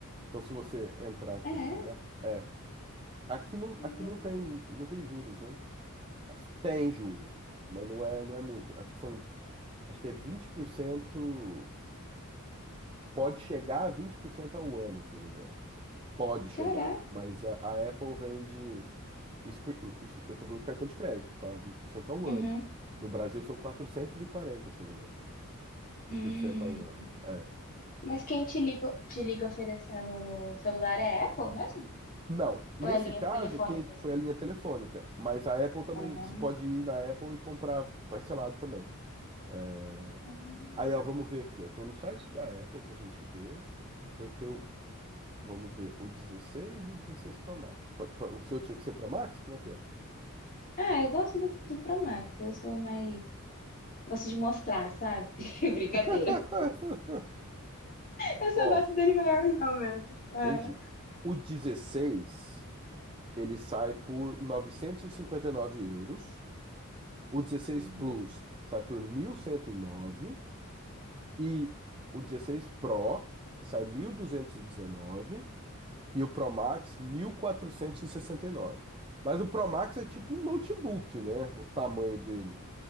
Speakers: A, on the right (about 25°); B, on the left (about 40°).
A: Então, se você entrar aqui
B: É,
A: na Apple, é, aqui não,
B: Hum,
A: aqui não tem, não tem juros, né? Tem juros, mas não é, não é muito. Acho que são Acho que é vinte por cento pode chegar a 20% ao ano, se não me engano. Pode chegar,
B: Caraca.
A: mas a, a Apple vende, isso, por- isso- eu tô falando de cartão de crédito, tá? 20% ao
B: Uhum.
A: ano. No Brasil são 440, se não me engano,
B: Hum.
A: por cento ao ano. É.
B: Mas quem te liga, te liga oferecendo o celular é a Apple mesmo?
A: Não, nesse
B: Ou é linhas
A: caso,
B: telefônicas?
A: quem foi a linha telefônica, mas a Apple também,
B: Ah,
A: você pode ir na Apple e comprar parcelado também. É,
B: Hum.
A: Aí, ó, vamos ver aqui, eu tô no site da Apple pra gente ver. Então, tem o Vamos ver, o 16 e o 16 Pro Max. Pa- pa- O seu tinha que ser Pro Max? Como é que é?
B: Ah, eu gosto do, do Pro Max. Eu sou mais. Gosto de mostrar, sabe? <laughs> Brincadeira.
A: <laughs>
B: Eu só
A: Ó,
B: gosto dele maiorzão mesmo. Ah.
A: entendi. O 16, ele sai por novecentos e e cinquenta e nove euros. O 16
B: Hum.
A: Plus sai por mil cento E nove e o 16 Pro sai mil duzentos E dezenove. e o Pro Max, mil quatrocentos e e sessenta e nove Mas o Pro Max é tipo um notebook, né? O tamanho dele.